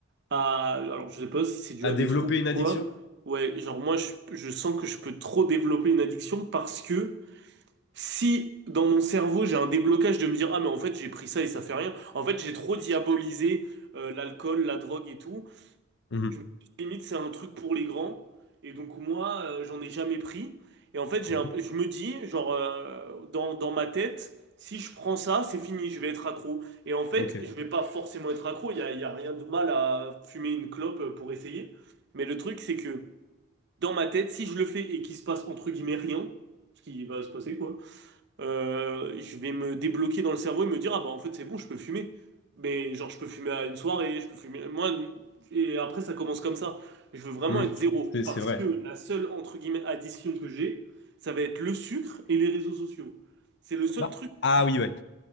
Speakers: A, on the right; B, on the left.
A: à. Alors, je sais pas si c'est dû
B: à
A: à
B: développer
A: des troubles ou
B: une addiction.
A: quoi. Ouais, genre, moi, je, je sens que je peux trop développer une addiction parce que si dans mon cerveau j'ai un déblocage de me dire, ah, mais en fait, j'ai pris ça et ça fait rien. En fait, j'ai trop diabolisé euh, l'alcool, la drogue et tout.
B: Mhm.
A: Je me suis dit, limite, c'est un truc pour les grands. Et donc, moi, euh, j'en ai jamais pris. Et en fait, j'ai
B: Mhm.
A: un- je me dis, genre, euh, dans, dans ma tête, si je prends ça, c'est fini, je vais être accro. Et en fait,
B: Ok.
A: je vais pas forcément être accro. Il y a, il y a rien de mal à fumer une clope pour essayer. Mais le truc, c'est que dans ma tête, si je le fais et qu'il se passe entre guillemets rien, ce qui va se passer, quoi, euh, je vais me débloquer dans le cerveau et me dire, ah bah en fait c'est bon, je peux fumer. Mais genre je peux fumer à une soirée, je peux fumer... Moi, et après ça commence comme ça. Je veux vraiment
B: Mhm.
A: être zéro
B: C'est
A: parce
B: c'est vrai.
A: que la seule, entre guillemets, addition que j'ai, ça va être le sucre et les réseaux sociaux. C'est le seul
B: Bah,
A: truc
B: ah
A: où je-
B: oui, ouais.